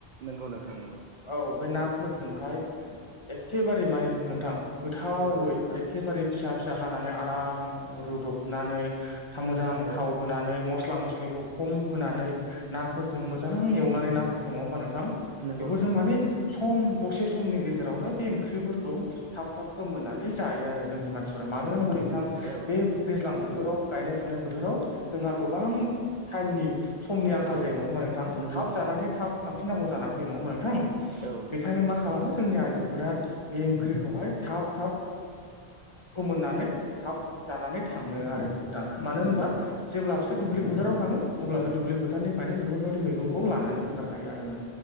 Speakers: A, on the right; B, on the left.
A: नंगौ नोंथां नंगौ
B: औ बे नाफोरजोंहाय एखेबारे मानि नोंथां गोथावै
A: औ नोंथां
B: एखेबारे फिसा फिसा हानानै आराम रुदबनानै मोजां
A: औ
B: थाव होनानै मस्ला मस्लिखौ खम होनानै नाफोरजों मोजां एवनानै नाफोर नङा होमबा नोंथां
A: नंगौ
B: बेफोरजों
A: नोंथां नंगौ
B: मानि
A: सैथो
B: सम दसे समनि गेजेरावनो बे ओंख्रिफोरखौ थाब थाब फोमोननानै जायो आरो जोंनि मानसिफोरा मानो होनोबा नोंथां नोंथां
A: औ
B: बे
A: नोंथां
B: दैज्लां बोथोराव गायनाय फुनाय बोथोराव जोंहा गोबां टाइमनि समनि आंखाल
A: औ
B: जायो नङा होमबा नोंथां
A: नंगौ
B: थाबानानै
A: नोंथां नंगौ
B: थाब थांफिनांगौ जानानै फैयो नङा होमबा नोंथां
A: औ नोंथां
B: बेखायनो मा खालामो जोंनि आइजोफोरा बे ओंख्रिखौहाय थाब थाब फोमोननानै थाब जानानै थाङो आरो मोजां मानो होनोबा
A: नंगौ नोंथां
B: जेब्ला बिसोर दुब्लि फोथाराव थाङो अब्ला बे दुब्लि फोथारनिफ्रायनो बेफोरबायदि मैगंखौ लानानै फैफाखायो आरो नों